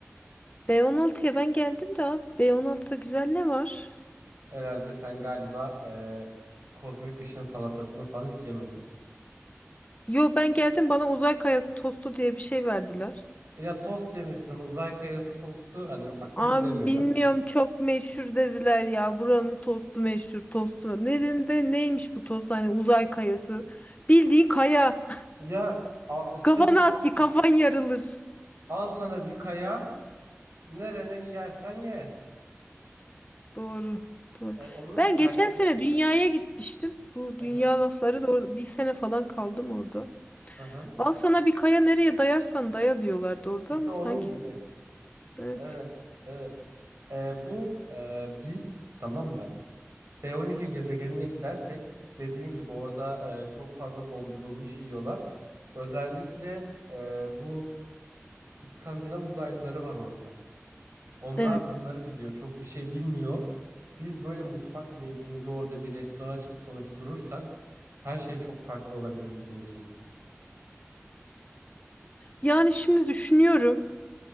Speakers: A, on the left; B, on the right.
A: B16'ya ben geldim de abi B16'da güzel ne var?
B: Herhalde sen galiba e, kozmik ışın salatasını falan hiç yemedin.
A: Yo ben geldim bana uzay kayası tostu diye bir şey verdiler.
B: Ya tost yemişsin. Uzay kayası tostu. Hani bak kötü
A: Abi
B: demiyorum.
A: bilmiyorum çok meşhur dediler ya buranın tostu meşhur tostu. Ne dedim de neymiş bu tost hani uzay kayası. Bildiği kaya.
B: Ya a, işte
A: Kafana
B: s- a-
A: at, kafan yarılır.
B: al sana bir kaya. Nerene yersen ye.
A: Doğru. Doğru.
B: E, onun
A: Ben
B: sertliği
A: geçen sene
B: güzel.
A: dünyaya gitmiştim. Bu
B: Hı
A: dünya
B: hı.
A: lafları da or- bir sene falan kaldım orada.
B: Hı hı.
A: Al sana bir kaya nereye dayarsan daya diyorlardı orada
B: İşte
A: ama
B: onun
A: sanki
B: gibi.
A: evet.
B: Evet, evet. Ee, bu e, biz tamam mı? B12 gezegenine gidersek dediğin gibi orada e, çok fazla dondurulmuş yiyorlar. Özellikle e, bu İskandinav uzaylıları var orada. Onlar
A: Evet.
B: bunları biliyor. Çok bir şey bilmiyor. Biz böyle mutfak zevkimizi orada bir restoran açıp konuşturursak her şey çok farklı olabilir bizim için.
A: Yani şimdi düşünüyorum.